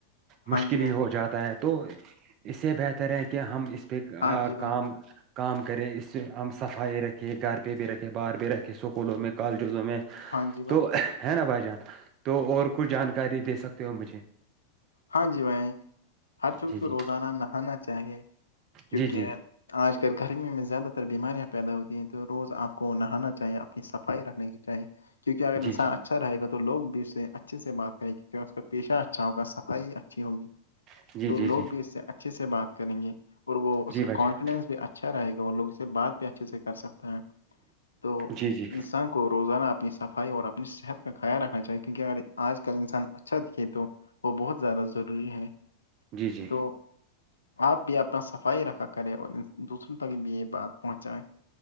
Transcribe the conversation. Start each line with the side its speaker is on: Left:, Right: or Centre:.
Right: مشکل
Left: ہاں جی بھائی
Right: ہی ہو جاتا ہے تو اس سے بہتر ہے کہ ہم اس پہ کا
Left: ہاں جی بھائی
Right: کام کام کرے اس سے ہم صفائی رکھیں گھر پہ بھی رکھے باہر بھی رکھے اسکولوں میں کالجزوں میں
Left: ہاں جی بھائی
Right: تو ہے نا بھائی جان تو اور کچھ جانکاری دے سکتے ہو مجھے
Left: ہاں جی بھائی ہر شخص
Right: جی
Left: کو
Right: جی
Left: روزانہ نہانا چاہیے کیونکہ
Right: جی جی
Left: آج کل گرمیوں میں زیادہ تر بیماریاں پیدا ہوتی ہیں تو روز آپ کو نہانا چاہیے صفائی رکھنی کی چاہے کیونک اگر
Right: جی
Left: انسان اچھا رہے گا تو لوگ بھی اس سے اچھے سے بات کریں کیکہ اس کا پیشہ اچھا ہوگا صفائی اچھی ہوگی
Right: جی
Left: تو
Right: جی
Left: لوگ
Right: جی جی
Left: بھی اس سے اچھے سے بات کریں گے اور وہ اس
Right: جی
Left: کا
Right: بھائی
Left: کانفیڈینس
Right: جان
Left: بھی اچھا اچھا رہے گا وہ لوگ اس سے بات بھی اچھے سے کر سکتا ہیں تو
Right: جی جی
Left: انسان کو روزانہ اپنی صفائی اور اپنی صحت کا خیال رکھنا چاہیے کیونکہ اگر آج کل انسان اچھا دکھے تو وہ بہت زیادہ ضروری ہے
Right: جی جی
Left: تو آپ بھی اپنا صفائی رکھا کریں اور دوسروں تک بھی یہ بات پہنچائیں